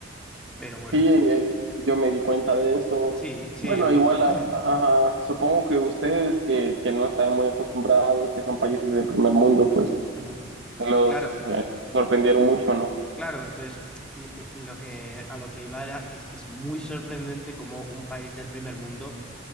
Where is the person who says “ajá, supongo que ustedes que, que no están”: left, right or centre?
Right